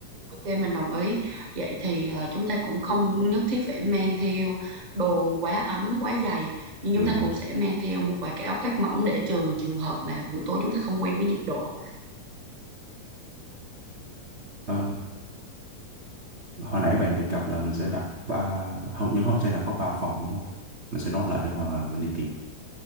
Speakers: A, on the right; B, on the right.
A: Ok mình đồng ý. Vậy thì ờ, chúng ta cũng không nhất thiết phải mang theo đồ quá ấm, quá dày, nhưng chúng
B: ừ.
A: ta cũng sẽ mang theo một vài cái áo khoác mỏng để trừ trường hợp mà buổi tối chúng ta không quen với nhiệt độ.
B: Ờ, hồi nãy bạn đề cập là mình sẽ đặt ba không nhưng không sẽ là có ba phòng đúng không mình sẽ nốt lại để mà mình đi tìm